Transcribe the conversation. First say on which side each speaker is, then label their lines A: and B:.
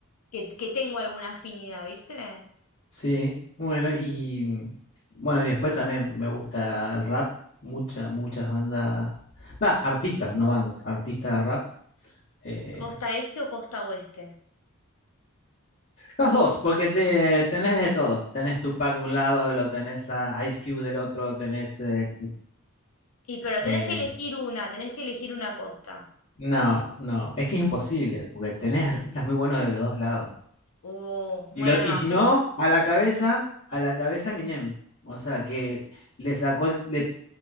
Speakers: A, on the left; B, on the left.
A: que, que tengo alguna afinidad, ¿viste?
B: Sí, bueno, y bueno, y después también me gusta el rap, muchas, muchas bandas, va, artistas, no bandas, artistas de rap. eh,
A: Costa este o costa oeste.
B: los dos, porque te, tenés de todo, tenés Tupac de un lado, lo tenés a Ice Cube del otro, tenés... eh,
A: Y pero tenés
B: eh,
A: que elegir una, tenés que elegir una costa.
B: no, no, es que es imposible, porque tenés artistas muy buenos de los dos lados.
A: Uh, bueno,
B: Y, lo, y
A: no,
B: si
A: yo.
B: no, a la cabeza, a la cabeza Minem, o sea, que le sacó, el- le